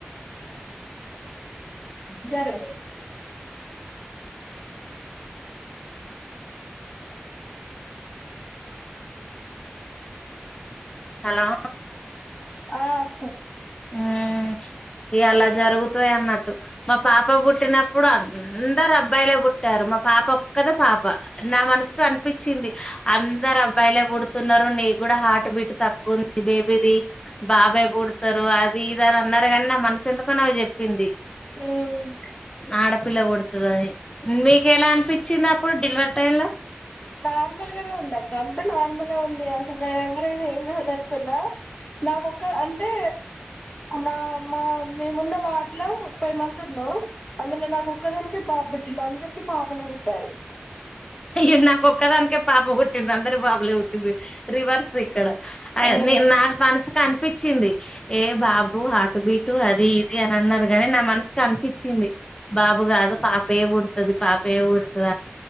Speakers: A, on the left (about 35°); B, on the left (about 20°).
A: జర
B: హలో
A: ఆ అక్క
B: మ్మ్ ఇగ అలా జరుగుతాయి అన్నట్టు మా పాప పుట్టినప్పుడు అందరు అబ్బాయిలే పుట్టారు మా పాప ఒక్కద పాప నా మనసుకు అనిపించింది అందరు అబ్బాయిలే పుడుతున్నారు నీ కూడా హార్ట్ బీట్ తక్కువంది బేబీది బాబాయ్ పుడు చెతారు అది ఇదాని అన్నారు కాని నా మనసు ఎందుకో నాక్ చెప్పింది
A: మ్మ్
B: ఆడపిల్ల పుడతాదని మీకెలా అనిపించింది అప్పుడు డెలివర్ టైమ్ ల
A: నార్మల్గానే ఉంది అక్క అంత నార్మల్ ఉంది అసలు ఎవరైనా ఏం కాదు అనుకున్నా నాకొక్క అంటే నా మా మేమున్న వార్డ్లా ముప్పై మంది ఉన్నా అందులో నాకు ఒక్కదానికే బాబు నందరికి పాపలే పుట్టారు
B: ఎన్నా ఒక్కొదానికె పాప పుట్టింద్ <unintelligible> <unintelligible> రివర్స్ ఇక్కడ
A: అదే
B: నాక్ మనసుకి అన్ అనిపించింది ఏ బాబు హటు బీటు అది ఇది అని అన్నారు గాని నా మనసుకు కనిపించింది బాబుగాదు పాపయే పూడ్ ది పాపే పుడుతది